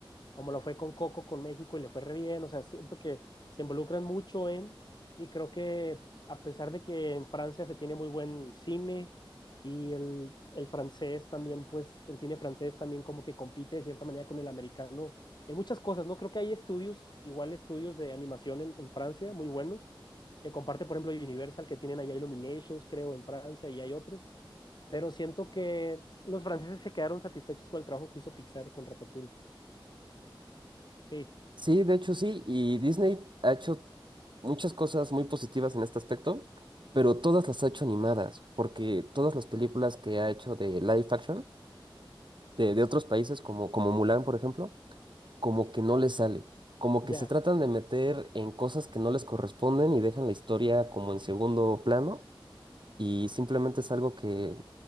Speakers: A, on the left; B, on the right.
A: como lo fue con Coco, con México y le fue re bien. O sea, siento que se involucran mucho en, y creo que a pesar de que en Francia se tiene muy buen cine y el, el francés también, pues el cine francés también como que compite de cierta manera con el americano en muchas cosas, ¿no? Creo que hay estudios, igual estudios de animación en, en Francia, muy buenos, que comparte, por ejemplo, Universal, que tienen allá Illuminations, creo, en Francia y hay otros, pero siento que los franceses se quedaron satisfechos con el trabajo que hizo Pixar con Ratatouille. Sí.
B: Sí, de hecho sí, y Disney ha hecho muchas cosas muy positivas en este aspecto, pero todas las ha hecho animadas, porque todas las películas que ha hecho de live action, de, de otros países como, como Mulan, por ejemplo, como que no les sale, como
A: Ya,
B: que se tratan de meter en cosas que no les corresponden y dejan la historia como en segundo plano y simplemente es algo que,